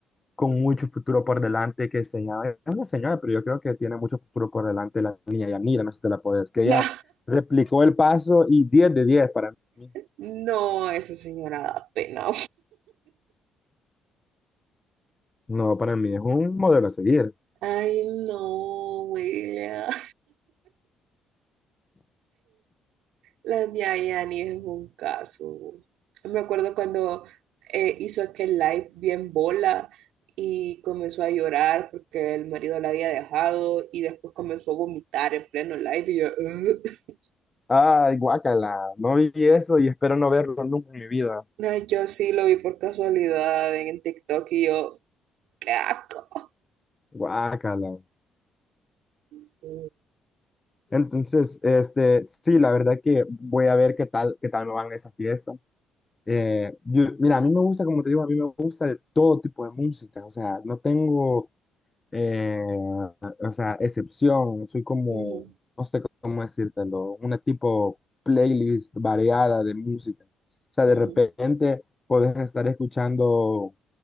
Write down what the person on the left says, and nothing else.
con mucho futuro por delante, que se llama, es una señora, pero yo creo que tiene mucho futuro por delante la niña Yanira, no sé si te la puedes, que
ella replicó el paso y diez de 10 para mí.
No, para mí es un modelo a seguir.
Ay, guácala, no vi eso y espero no verlo nunca en mi vida.
Guácala.
Entonces, este, sí, la verdad que voy a ver qué tal, qué tal me van esas fiestas. Eh, yo- mira, a mí me gusta, como te digo, a mí me gusta de todo tipo de música, o sea, no tengo eh, o sea, excepción, soy como,
no sé cómo decírtelo, una tipo playlist variada de música. O sea,
de repente puedes estar escuchando